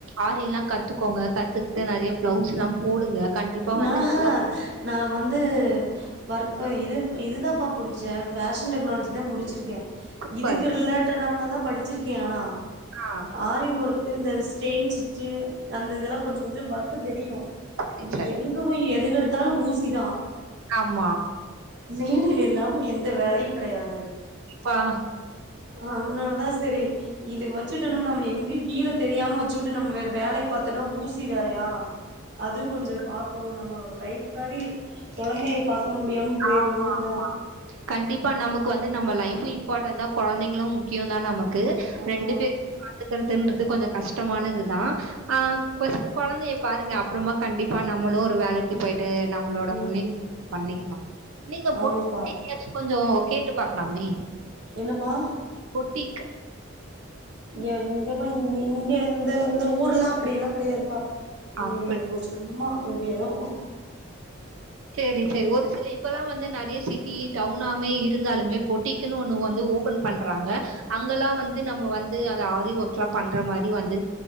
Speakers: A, on the right; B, on the right.
A: ஆரி எல்லா கத்துக்கோங்க கத்துக்கிட்டு நெறைய பிளவுஸ் எல்லா போடுங்க கண்டிப்பா
B: நாஹ
A: வந்து நல்ல ஒரு
B: நா வந்து வர்க் இது இதுதாப்பா புடிச்சே ஃபேஷன் டெக்னாலஜி தா முடிச்சிருக்கே
A: சூப்பர்.
B: இதுக்கு ரிலேட்டடானதா படிச்சிருக்கே ஆனா
A: ஆ
B: ஆரி ஒர்க்கு இந்த ஸ்டெயின் சிச்சு அந்த இதெல்லா கொஞ்ச கொஞ்ச வர்க்கு தெரியு
A: சரி,
B: இபி
A: சரி.
B: எங்க போய் எது கெடுத்தாலு ஊசிதா
A: ஆமா
B: நீடில் இல்லாம எந்த வேலயு கிடயாது
A: ப்பா
B: அதுனாலதா செரி இது வச்சுட்டு நம் நம்ம எங்கு கீழ தெரியாம வச்சுக்கிட்டு நம்ம வேற வேலைய பாத்தம்னா ஊசி வேறயா அதுவ் கொஞ்சோ பாக்ணு நம்ம லைஃப் தாண்டி கொழந்தைய பாக்க முடியாம பேயிருமுன்
A: ஆமாமா.
B: தா
A: கண்டிப்பா நமக்கு வந்து நம்ம லைஃபு இம்பார்டண்ட் தா கொழந்தைங்களு முக்கியோ தா நமக் க்கு
B: ஆ
A: ரெண்டு பேரு பாத்துக்கறதுன்றது கொஞ்சோ கஷ்டமானதுதா ஆ கொஞ்ச கொழந்தைய பாருங்க அப்புறமா கண்டிப்பா நம்மளு ஒரு வேலைக் கி போயிட்டு நம்மளோட
B: ம்
A: முன்னேற்றத்த பண்ணிக்கலா நீங்க போட்டு
B: ஆமாப்பா
A: எங்யாச்சு கொஞ்சோ கேட்டு பாக்லாமே
B: என்னப்பா
A: ஒட்டிக்
B: ஏ இங்கப்பா இங்க இங்க இந்த இந்த ஊர்லா அப்டிய எல்லா கிடயாதுப்பா நீ
A: அப்படி
B: ஒரு சும்மா இது ஏதோ
A: செரி சேரி ஒரு சில இப்ப எல்லா வந்து நெறைய சிட்டி டவுனாமே இருந்தாலுமே பொட்டிக் க்குனு ஒன்னு வந்து ஓபன் பண்றாங்க அங்கல்லா வந்து நம்ம வந்து அந்த ஆரி ஒர்க் எல்லா பண்ற மாரி வந்து